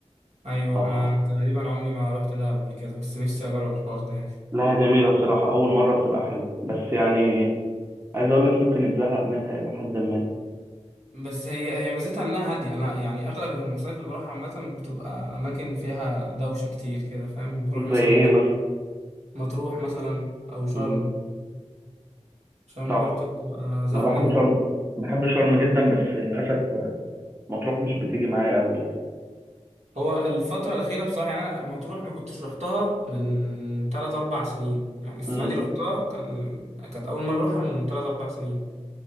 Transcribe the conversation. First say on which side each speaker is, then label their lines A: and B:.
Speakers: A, on the right (about 75°); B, on the right (about 20°).
A: ايوه
B: صح
A: انا أنا تقريبا عمري ما رحت دهب قبل كده بس نفسي اجرب الحوار ده
B: لها جميله بصراحه اول مره بتبقى حلوه بس يعني عايز اقول لك ممكن يتزهق منها الى حد ما
A: بس هي هي ميزتها انها هادية انا يعني اغلب المصايف اللي بروحها عامة بتبقى اماكن فيها دوشة كتير كده فاهم بروح
B: زي
A: مثلا
B: ايه مثلا
A: مطروح مثلا او شرم
B: مم،
A: شرم
B: صح
A: برضه بتبقى زحمة
B: انا بحب
A: أوي.
B: شرم بحب شرم جدا بس للاسف مطروح مش بتيجي معايا قوي
A: هو الفترة الأخيرة بصراحة يعني أنا مطروح ما كنتش روحتها من تلات أربع سنين يعني السنة
B: يعني
A: دي روحتها كان كانت أول مرة أروحها من تلات أربع سنين